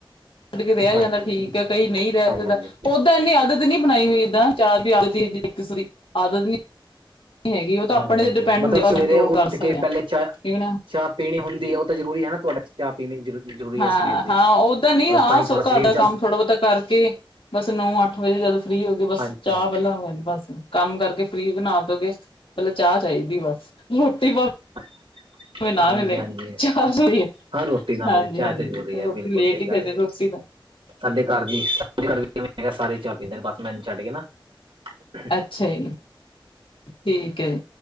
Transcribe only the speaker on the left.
ਛੱਡ ਕੇ ਰਹਿ
ਜਾਂਦਾ ਠੀਕ ਹੈ, ਕਈ ਨਹੀਂ ਰਹਿ
ਜਾਂਦਾ
ਓਦਾਂ ਇੰਨੀ ਆਦਤ ਨਹੀਂ ਬਣਾਈ ਹੋਈ ਇੱਦਾਂ ਚਾਹ ਦੀ <unintelligible> ਆਦਤ ਨੀ ਹੈਗੀ ਉਹ ਤਾਂ
ਆਪਣੇ
ਤੇ ਡਿਪੈਂਡ
ਹੁੰਦੀ ਕੰਟਰੋਲ
ਕਰ ਸਕਦੇ
ਠੀਕ
ਨਾ।
ਹਾਂ,
ਹਾਂ ਓਦਾਂ
ਨੀ ਹਾਂ
ਸੋ ਘਰ
ਦਾ
ਕੰਮ ਥੋੜ੍ਹਾ ਬਹੁਤਾ ਕਰਕੇ ਬਸ ਨੌ ਅੱਠ ਵਜੇ ਜਦੋਂ ਫ੍ਰਰੀ ਹੋ ਕੇ ਬਸ
ਚਾਹ
ਪਹਿਲਾ ਹੋਇਆ ਬਸ ਕੰਮ ਕਰਕੇ ਫਰੀ ਹੋ ਕੇ ਨਾਹ ਧੋ ਕੇ ਪਹਿਲੋ ਚਾਹ ਚਾਹੀਦੀ ਬਸ ਰੋਟੀ
ਕੁਜ ਨਾ ਮਿਲੇ
ਚਾਹ ਜਰੂਰੀ ਏ
ਹਾਂਜੀ,
ਹਾਂਜੀ
ਫੇਰ
ਰੋਟੀ
ਲੇਟ
ਈ
ਕਰਦੇ
<unintelligible>
ਅੱਛਾ ਜੀ ਠੀਕ ਹੈ, ਜੀ